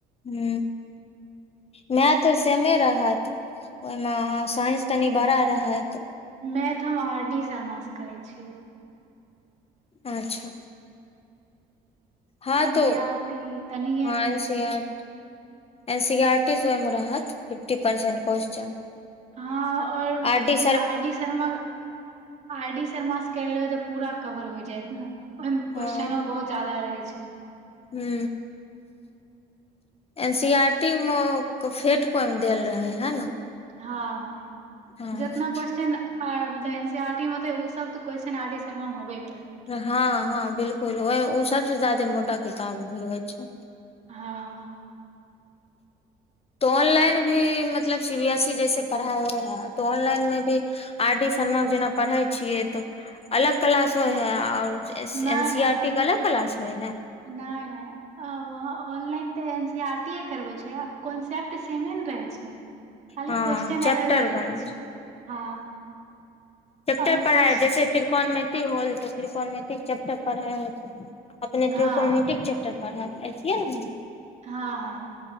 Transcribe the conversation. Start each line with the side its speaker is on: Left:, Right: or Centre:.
Left: ह मै त सेमे रहत ओहिमे साइंस तनि बड़ा रह है त
Right: मैथ तऽ हम आर डी शर्माँ करै छियै
Left: अच्छा हँ
Right: एन
Left: तो
Right: सी आर टी तनि
Left: हँ
Right: एन रहे
Left: सी
Right: छै
Left: R N C R T स रहत फिफ्टी परसेंट क्वेश्चन
Right: हँ और
Left: आर
Right: जैसे
Left: डी
Right: R D Sharma R D R D Sharma से कर लेबय त पूरा कवर होय जायत ओहिमे क्वेश्चन
Left: हँ
Right: ओ बहुत ज्यादा रहै छै <inaudible>
Left: ह एन सी आरटी मे फेट को देल रहे है ने
Right: हँ ह
Left: हँ
Right: जेितना क्वेश्चन आ मतलब एन सी आर टी मेे ओ सब त क्वेश्चनर आर डी शर्मा मे होबे करते
Left: हँ हँ बिलकुल ओ ओ सब सबसँ ज्यादा मोटा किताब भी होइ छै
Right: हँ
Left: तऽ ऑनलाइन भी मतलब सी बी एस ई जैसे पढ़ाई होइ है तो ऑनलाइन मे भी आर टी फर्मा के जेना पढ़े छियै तऽ अलग क्लास होय है और
Right: नहि
Left: एन
Right: नहि
Left: सी आर टी के अलग क्लास होइ है
Right: नहि नहि ऑनलाइन तऽ एन सी आर टी ए करबे छै आब कॉन्सेप्ट सेमे ने रहे छै खाली
Left: हँ
Right: क्वेश्चन
Left: चैप्टर
Right: अलग अलग
Left: वाइज
Right: रहे छै हँ
Left: कटेक
Right: आब
Left: पढ़ाई
Right: क्वेश्चन
Left: जैसे त तत्रिकोणमिति होल तऽ त्रिकोणमिती चैप्टर पढ़ाई होतय अपने
Right: हँ
Left: कॉमेटिक
Right: हँ
Left: चैपटर पढ़ा छियै ने
Right: हँ हँ